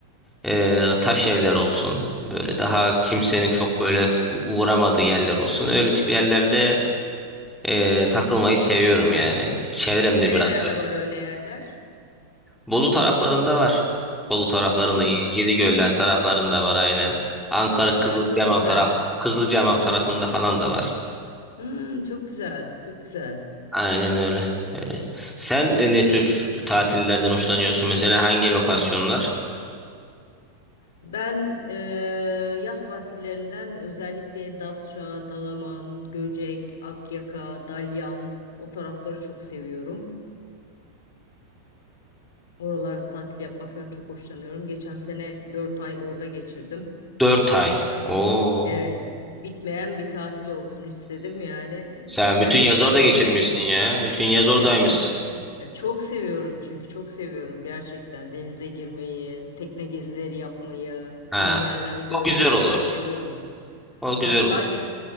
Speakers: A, in the centre; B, on the left.
A: Ee, taş evler olsun böyle daha kimsenin çok böyle u- uğramadığı yerler olsun öyle tip yerlerde ee, takılmayı seviyorum yani çevremde
B: Nerelerde
A: biraz öyle.
B: var öyle yerler?
A: Bolu taraflarında var Bolu taraflarında
B: Var mı?
A: Y- Yedigöller
B: Hmm.
A: taraflarında var aynen Ankara
B: Aa,
A: Kızılcahamam
B: çok güzel.
A: taraf Kızılcahamam tarafında falan da var
B: Hmm, çok güzel. Çok güzel.
A: aynen öyle öyle sen e, ne tür tatillerden hoşlanıyorsun mesela hangi lokasyonlar
B: Ben eee, yaz tatillerinden özellikle Datça, Dalaman, Göcek, Akyaka, Dalyan o tarafları çok seviyorum. Oralarda tatil yapmaktan çok hoşlanıyorum. Geçen sene 4 ay orada geçirdim.
A: dört ay o
B: Evet, bitmeyen bir tatil olsun istedim yani.
A: Sen
B: Gerçekten
A: bütün yaz orada geçirmişsin
B: bitmedi.
A: ya. Bütün yaz oradaymışsın.
B: Bütün E, çok seviyorum çünkü çok seviyorum gerçekten denize girmeyi, tekne gezileri yapmayı,
A: Ha.
B: yeni yerler görmeyi
A: O güzel olur.
B: çok seviyorum.
A: O güzel
B: Dal,
A: olur.
B: Dal-